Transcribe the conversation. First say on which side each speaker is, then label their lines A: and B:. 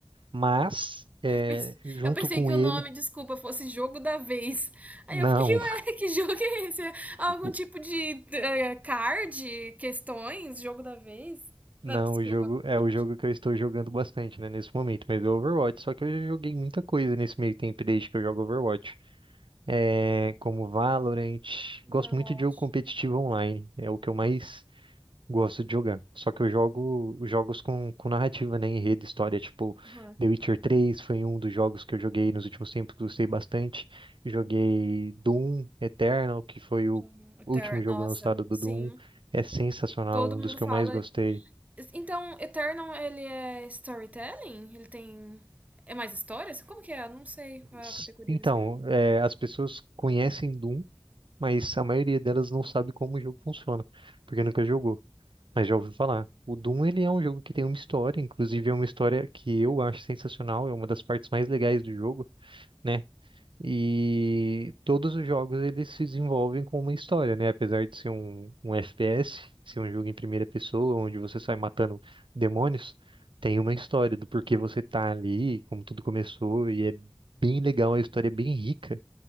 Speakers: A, on the right (about 65°); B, on the right (about 15°).
A: Mas, é,
B: Eu pens-
A: junto
B: eu pensei
A: com
B: que
A: ele,
B: o nome, desculpa, fosse jogo da vez. Aí
A: não.
B: eu fiquei, ué, <laughs> que jogo é esse? Algum
A: <laughs> o-
B: tipo de eh, card, questões, jogo da vez? Não,
A: Não,
B: desculpa.
A: o jogo é
B: pode
A: o
B: continuar.
A: jogo que eu estou jogando bastante, né, nesse momento, mas é o Overwatch, só que eu já joguei muita coisa nesse meio tempo desde que eu jogo Overwatch. é, como Valorant. Gosto
B: Overwatch.
A: muito de jogo competitivo online, é o que eu mais gosto de jogar. Só que eu jogo jogos com, com narrativa, né, enredo, história, tipo
B: Aham.
A: The Witcher 3 foi um dos jogos que eu joguei nos últimos tempos, que gostei bastante. Joguei Doom Eternal, que foi o
B: Doom Eter-
A: último
B: Nossa,
A: jogo lançado do
B: sim.
A: Doom. É sensacional,
B: Todo
A: um
B: mundo
A: dos que
B: fala.
A: eu mais gostei.
B: Então, Eternal, ele é storytelling? Ele tem. É mais histórias? Como que é? Eu não sei qual é
A: S-
B: a categoria
A: Então,
B: desse jogo.
A: é, as pessoas conhecem Doom, mas a maioria delas não sabe como o jogo funciona, porque nunca jogou. Mas já ouvi falar. O Doom, ele é um jogo que tem uma história, inclusive é uma história que eu acho sensacional, é uma das partes mais legais do jogo, né? E todos os jogos eles se desenvolvem com uma história, né? Apesar de ser um, um FPS, ser um jogo em primeira pessoa, onde você sai matando demônios, tem uma história do porquê você tá ali, como tudo começou, e é bem legal, a história é bem rica